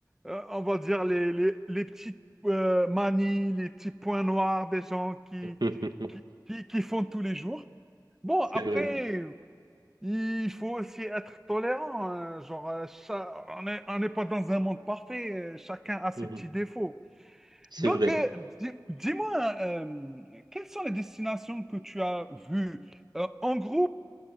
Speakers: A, in the centre; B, on the right (about 65°).
A: euh, on va dire, les, les, les petites euh, manies, les petits points noirs des gens qui,
B: <laughs>
A: qui, qui, qui font tous les jours. Bon,
B: C'est
A: après,
B: vrai. hein.
A: il faut aussi être tolérant. hein. Genre, euh, cha- on est- on n'est pas dans un monde parfait. euh, Chacun a ses
B: Mhm.
A: petits défauts.
B: C'est
A: Donc,
B: vrai.
A: euh, di- dis-moi, euh, quelles sont les destinations que tu as vues euh, en groupe